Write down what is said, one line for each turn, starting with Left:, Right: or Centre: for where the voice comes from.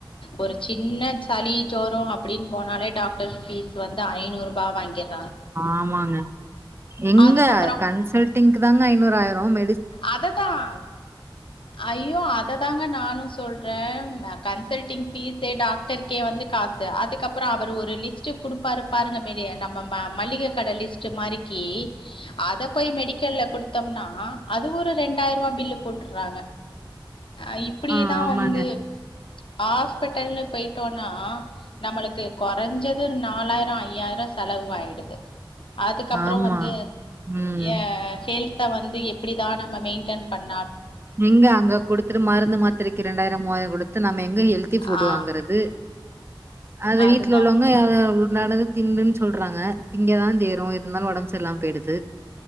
Left: ஒரு சின்ன சளி ஜோரம் அப்படின் போனாலே டாக்டர் ஃபீஸ் வந்து அய்னூர்பா வாங்கிர்
Right: ஆமாங்க எங்க
Left: அதுக்கப்புறம்
Right: கன்சல்டிங்க்கு தாங்க ஐநூராயிரம்
Left: அததான் ஐயோ அத தாங்க நானும் சொ சொல்ற கன்சல்ங் பீஸே டாக்டருக்கே வந்து காசு அதுக்கப்புறம் அவர் ஒரு லிஸ்ட் குடுப்பாரு பாாருங்க நம்ம ம மளிகை கடை லிஸ்ட் மாரிக்கி அத போய் மெடிக்கல்ல குடுத்தோம்னா அது ஒரு ரெண்டாயிரூவா பில்லு போட்றாங்க அஹ் இப்புடிதான்
Right: ஆ, ஆமாங்க.
Left: வந்து ஹாஸ்பிட்டல்னு போயிட்டோனா நம்மளுக்கு கொறஞ்சது நாலாயிரம் ஐயாயிரம் செலவ் ஆயிடுது அதுக்கப்புறம்
Right: ஆமா.
Left: வந்து
Right: ம்.
Left: ஏ ஹெல்த் த வந்து எப் இப்படிதான் நம் மெய்டன் பண்
Right: எங்க அங்க குடுத்துட்டு மருந்து மாத்திரை இரண்டாயிரம் மூவாயிரம்குடு த்த நம்ம எங்க ஹெல்தி ஃபுட்
Left: ஆ
Right: வாங்குறது அத
Left: அதுதா
Right: வீட்ல உள்ளவங்க ஹ உண்டானது தின்னுன்னு சொல்றாங்க திங்க தான் செய்ரோம் இருந்தாலும் ஒடம் சர்ல்லாம போயி்டுது